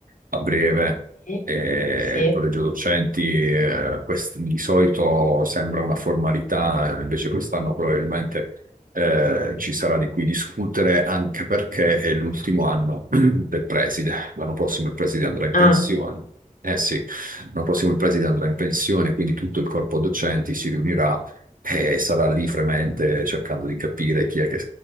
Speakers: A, on the right (about 75°); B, on the left (about 65°).
A: a breve.
B: Sì,
A: E
B: sì.
A: il collegio docenti eh, quest- di solito sembra una formalità, eh, invece quest'anno probabilmente eh, ci sarà di cui discutere anche perché è l'ultimo anno <clears throat> del preside. L'anno prossimo il preside andrà in
B: Ah,
A: pensione. Eh sì. L'anno prossimo il preside andrà in pensione, quindi tutto il corpo docenti si riunirà e sarà lì fremente cercando di capire chi è che